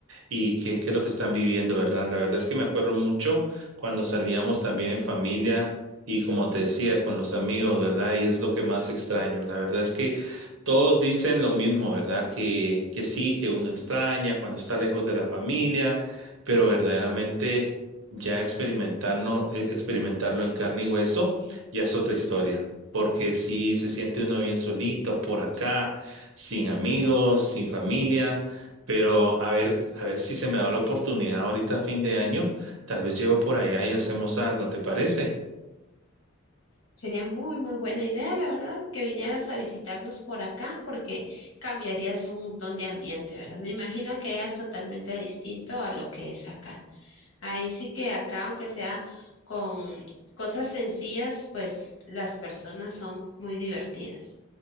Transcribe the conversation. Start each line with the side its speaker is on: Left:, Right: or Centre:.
Right: y qué, qué es lo que están viviendo, ¿verdad? La verdad es que me acuerdo mucho cuando salíamos también en familia y como te decía, con los amigos, ¿verdad? Y es lo que más extraño. La verdad es que todos dicen lo mismo, ¿verdad? Que, que sí, que uno extraña cuando está lejos de la familia, pero verdaderamente ya experimentarlo, eh, experimentarlo en carne y hueso ya es otra historia. Porque sí se siente uno bien solito por acá, sin amigos, sin familia. Pero a ver, a ver si se me da la oportunidad ahorita a fin de año. Tal vez llego por allá y hacemos algo, ¿te parece?
Left: Sería muy, muy buena idea, la verdad, que vinieras a visitarnos por acá porque cambiarías un montón de ambiente, ¿verdad? Me imagino que es totalmente distinto a lo que es acá. Ahí sí que acá, aunque sea con cosas sencillas, pues las personas son muy divertidas.